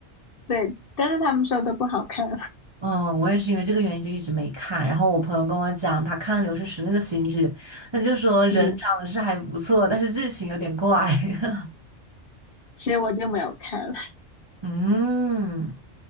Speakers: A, on the left; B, on the right.
A: 对，但是他们说都不好看，
B: 嗯，我也是因为这个原因就一直没看。然后我朋友跟我讲，他看了《刘诗诗》那个新剧，他就说人长得是还不错，
A: <laughs> 嗯，
B: 但是剧情有点怪。<laughs>
A: 所以我就没有看。
B: 嗯，